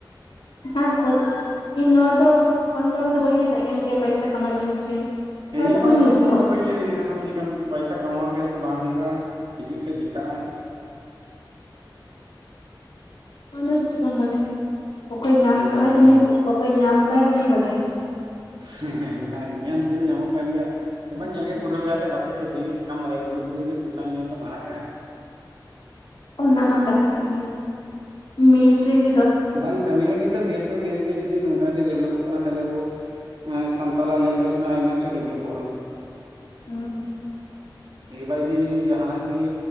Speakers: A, on the left; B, on the right.
A: ᱦᱮᱸ ᱤᱧ ᱱᱚᱣᱟ ᱫᱚ ᱠᱚᱱ ᱯᱚᱨᱚᱱ ᱫᱚ ᱵᱟᱹᱧ ᱞᱟᱹᱭ ᱫᱟᱲᱮᱭᱟᱜ ᱠᱟᱱᱟ ᱡᱮ ᱯᱚᱭᱥᱟ ᱠᱟᱢᱟᱣᱚᱜᱼᱟ ᱥᱮ
B: ᱦᱮᱸ
A: ᱦᱚᱲ
B: ᱤᱧᱦᱚᱸ
A: ᱫᱚᱠᱚᱧ
B: ᱠᱚᱱᱯᱷᱟᱨᱢ
A: ᱦᱩᱸ
B: ᱫᱚ ᱵᱟᱹᱧ ᱞᱟᱹᱭ ᱫᱟᱲᱮᱭᱟᱜᱼᱟ ᱠᱷᱚᱱ ᱯᱚᱭᱥᱟ ᱠᱟᱢᱟᱣ ᱜᱮᱭᱟ ᱥᱮ ᱵᱟᱝ ᱦᱩᱭᱩᱜᱼᱟ ᱦᱤᱡᱩᱜ ᱥᱮ ᱪᱮᱠᱟ ᱟ
A: ᱟᱱᱮ ᱪᱮᱠᱟᱢ ᱵᱟᱰᱟᱭᱟ ᱚᱠᱚᱭᱮ ᱧᱟᱢ
B: ᱦᱮᱸ
A: ᱠᱟᱜ ᱟᱭ ᱩᱱᱤ ᱚᱠᱚᱭᱮ ᱧᱟᱢ ᱠᱟᱜ ᱩᱱᱤ ᱵᱟᱰᱟᱭᱟ
B: ᱦᱮᱸ ᱦᱮᱸ ᱜᱮ ᱢᱮᱱ ᱫᱟᱠᱚ ᱛᱚ ᱧᱟᱢᱚᱜ ᱠᱟᱱ ᱜᱮᱭᱟ᱾ ᱧᱮᱞ ᱢᱟ ᱧᱮᱞ ᱜᱮᱭᱟ ᱯᱩᱨᱟᱹ ᱞᱟᱜᱟ ᱛᱮ ᱯᱟᱪᱮᱥ ᱦᱩᱭᱩᱜ ᱪᱤᱠᱟᱢ ᱵᱟᱨᱟᱭᱟ ᱫᱩᱨᱩᱜ ᱫᱩᱨᱩᱜ ᱯᱚᱭᱥᱟᱢ ᱧᱟᱢ ᱟᱛᱚ ᱟᱲᱟᱜᱼᱟ᱾
A: ᱚᱱᱟ ᱢᱟ ᱠᱟᱛᱷᱟ ᱠᱟᱱ ᱜᱮ ᱢᱤᱞᱤᱴᱟᱨᱤ ᱡᱤ
B: ᱵᱟᱝ ᱠᱟᱹᱢᱤ ᱦᱚᱸ ᱠᱤᱱ ᱵᱮᱥ ᱫᱚ ᱵᱮᱥ ᱜᱮ ᱡᱤ ᱱᱚᱝᱠᱟ ᱰᱮᱵᱷᱞᱚᱯᱚᱜ ᱠᱟᱱᱟ ᱛᱟᱦᱚᱞᱮ ᱟᱵᱚ, ᱥᱟᱱᱛᱟᱞ ᱞᱮᱝᱜᱩᱭᱮᱡ ᱨᱮᱱᱟᱜ ᱟᱭᱢᱟ ᱠᱤᱪᱷᱩ ᱰᱮᱵᱷᱞᱚᱯᱚᱜᱼᱟ᱾
A: ᱦᱩᱸ
B: ᱮᱵᱟᱭ ᱡᱩᱫᱤ ᱡᱟᱦᱟᱱᱟᱜ ᱜᱮ